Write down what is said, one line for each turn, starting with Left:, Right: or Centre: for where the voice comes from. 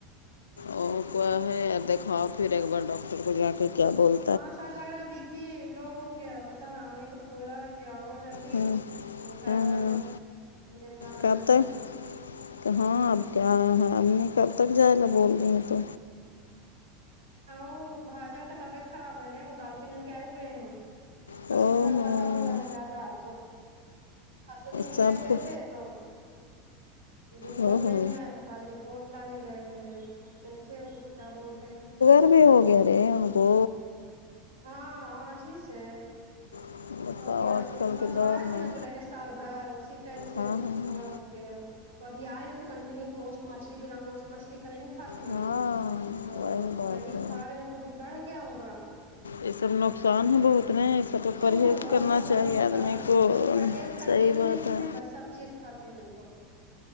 Left: اور کوا ہے یا دکھاؤ پھر ایک بار ڈاکٹر کو جا کے پھر کیا بول
Right: ہاں شاید لگ رہا بی پی لو ہو گیا پتا نا امی کو تو بولا ہے کیا ہو جلد
Left: ہوں
Right: ی ہم گھر
Left: ہاں
Right: جائیں
Left: ہاں
Right: گے اب دل نہ لگ
Left: کب
Right: رہا ہمیںا
Left: تک کہ ہاں اپ کیا ہے ا نے کب تک جائے لا بول رہی ہیں تو
Right: ہاں وہ بھائی جان کا طبیعت خراب ہے نا وہ ڈالتے ہیں کیا ہوئے ہیں کا
Left: او
Right: سوگر
Left: ہو
Right: بڑھا ہوا ہے زیادہ تو پرسوں دن بھی
Left: سب
Right: گئے ہوئے
Left: کو
Right: تھے تو رپورٹ
Left: او ہو
Right: نہیں آیا تھا تو آج رپورٹ لانے گئے ہوئے ہیں اب دیکھیے وہ کیا بولتے ہیں
Left: سب بھی ہو گیا رے ان کو
Right: ہاں آج ہی سے
Left: بتاؤ
Right: ہو گیا
Left: آج
Right: اب اس
Left: کل
Right: بار
Left: کے
Right: جو
Left: دور
Right: آئے تھے
Left: میں
Right: نا جو رہے سال بھر اسی ٹائم سے
Left: ہاں
Right: ان کو
Left: ہاں
Right: سگر ہو گیا تو ابھی آئے نا تو کنٹینیو گوشت مچھلی بنا گوشت مچھلی کا نہیں کھاتا
Left: ہاں
Right: ہیں تو
Left: بات
Right: وہی
Left: ہے
Right: کھا رہے ہیں تو وہ بڑھ گیا ہوگا
Left: یہ سب نقصان ہے بہت اتنے
Right: ہوں
Left: سب کو پرہیز
Right: بہت
Left: کرنا
Right: نقصان
Left: چاہیے
Right: ہوتا
Left: آدمی
Right: ہے
Left: کو
Right: پرہیز کرتے
Left: صحیح
Right: ہی
Left: بات
Right: نہیں
Left: ہے
Right: بس سب چیز کھاتے ہیں تو